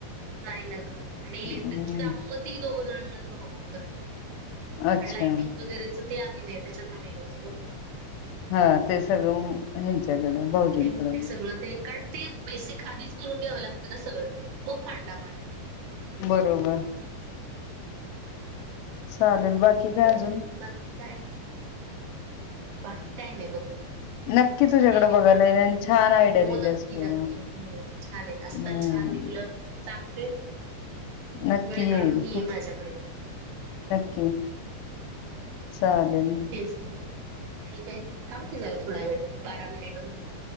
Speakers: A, on the right; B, on the left.
A: नाही नग आणि
B: हम्म
A: इलेक्ट्रिकची काम मग ती दोघ जण मिळून करतात
B: अच्छा
A: पण लाइटिंग वगैरेच ते आम्ही नाही त्याच्यात नवीन असतो
B: हा ते सगळं ह्यांच्याकडं भाऊजींकडं
A: ते मग ते सगळं ते कारण ते बेसिक आधीच करून घ्यावं लागत ना सगळं मग मांडा मांडा
B: बरोबर चालेल काय
A: घात
B: अजून
A: काय बाकी काही नाही दो
B: नक्की
A: छान
B: तुझ्याकडे
A: आहे हे
B: बघायला
A: पण
B: येईल आणि छान आयडिया
A: हो
B: दिल्यास
A: नक्की
B: तू
A: नक्की हो छान आहे असतात
B: हम्म
A: छान मी तुला सांगतेच
B: नक्की
A: वेळ
B: येईल
A: काढून ये माझ्याकडे
B: ना सहालेने
A: तेीच काय थांबकी जा थोडा वेळ बारा मिनिट